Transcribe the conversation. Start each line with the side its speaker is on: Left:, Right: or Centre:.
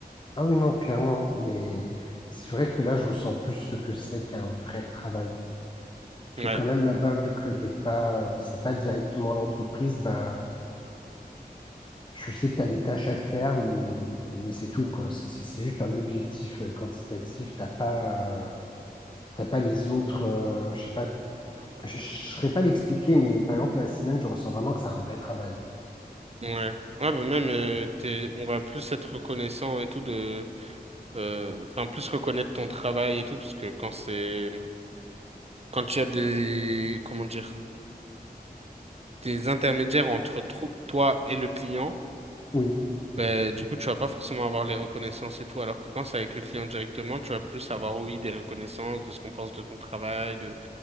Left: Ah oui, non, clairement. Mais c'est vrai que là, je ressens plus ce que c'est qu'un vrai travail.
Right: Ouais,
Left: Parce que quand même là-bas, vu que t'es pas, c'est pas directement l'entreprise, bah, je sais que tu as des tâches à faire, m- mais c'est tout, quoi. C'est c'est- c'est juste un objectif euh, quantitatif. T'as pas, euh, t'as pas les autres, euh, je sais pas, je je saurais pas l'expliquer, mais par exemple, la semaine, je ressens vraiment que c'est un vrai travail.
Right: ouais. Ouais, mais même, euh, t'es- on va plus être reconnaissant et tout de, euh, enfin, plus reconnaître ton travail et tout, parce que quand c'est, quand il y a des, comment dire, des intermédiaires entre trou- toi et le client,
Left: Oui,
Right: Ben, du coup, tu vas pas forcément avoir les reconnaissances et tout, alors que quand c'est avec le client directement, tu vas plus avoir, oui, des reconnaissances de ce qu'on pense de ton travail, de